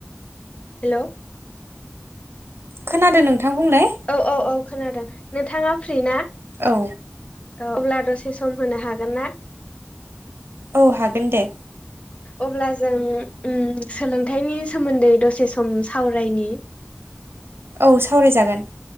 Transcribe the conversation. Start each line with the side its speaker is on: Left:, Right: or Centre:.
Left: हेल'
Right: खोनादों नोंथां बुंलाय
Left: औ औ खोनादों नोंथाङा फ्रि ना
Right: औ
Left: औ अब्ला दसे सम होनो हा गोनना
Right: औ हागोन दे
Left: अब्ला जों ओम सोलोंथाइनि सोमोन्दै दसे सम सावरायनि <inaudible> <unintelligible>
Right: औ सावरायजागोन